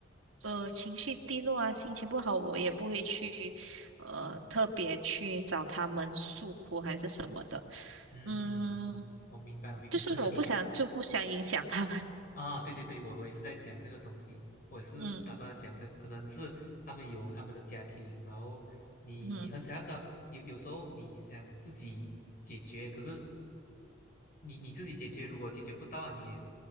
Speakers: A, on the right (about 90°); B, on the left (about 45°).
A: 呃情绪低落啊，心情不好，我也不会去呃特别去找他们诉苦还是什么的，
B: 嗯嗯嗯，
A: 嗯，
B: 我明白，我明白。
A: 就是我不想就不想影响他们，
B: 可能你就啊，对对对，我我也是在讲这个东西，我也是打算要讲这，
A: 嗯
B: 可能是他们有他们的家庭，然后你你很想要搞，
A: 嗯
B: 有有时候你想自己解决，可是你你自己解决，如果解决不到啊，你也